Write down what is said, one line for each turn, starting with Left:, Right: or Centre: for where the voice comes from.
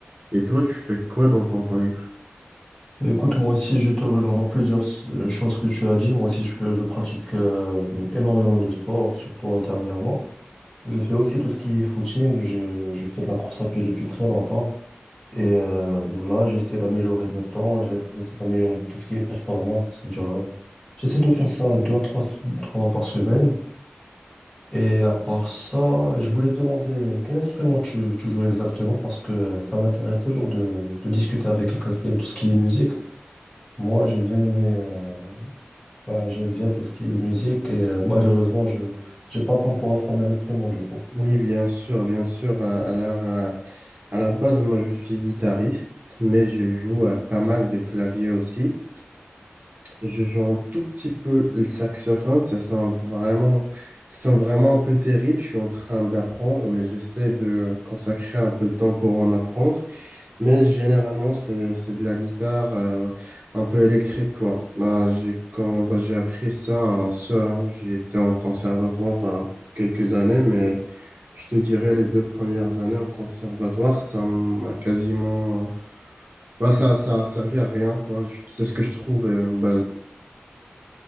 Right: Et toi, tu fais quoi dans ton temps libre?
Left: Bah, écoute, moi aussi, je te rejoins dans plusieurs s- euh, choses que tu as dit. Moi aussi, je, fais- je pratique euh, énormément de sport, surtout euh, dernièrement. Je fais aussi tout ce qui est footing. Je, je fais de la course à pied depuis très longtemps. Et euh, là, j'essaie d'améliorer mes temps, j'ai- j'essaie d'améliorer tout ce qui est performance. C'est-à-dire, euh, j'essaie de faire ça deux à trois, trois par semaine. Et à part ça, je voulais te demander quel instrument tu, tu joues exactement parce que ça m'intéresse toujours de, de discuter avec quelqu'un qui aime tout ce qui est musique. Moi, j'ai bien aimé, euh, enfin, j'aime bien tout ce qui est musique et euh, malheureusement, je j'ai pas le temps pour apprendre un instrument, je pense.
Right: Oui, bien sûr, bien sûr. euh, Alors, euh, à à la base, moi, je suis guitariste, mais je joue euh, pas mal de clavier aussi. Je joue un tout petit peu le saxophone, ça sent vraiment, ça sent vraiment un peu terrible. Je suis en train d'apprendre, mais j'essaie de consacrer un peu de temps pour en apprendre. Mais généralement, c'est, c'est de la guitare euh, un peu électrique, quoi. Bah, j'ai comment, bah, j'ai appris ça euh, seul. hein. J'étais en conservatoire euh, pour quelques années, mais je te dirais les deux premières années en conservatoire, ça m'a quasiment... Bah, ça, ça a servi à rien, quoi. Je- C'est ce que je trouve. euh, bah,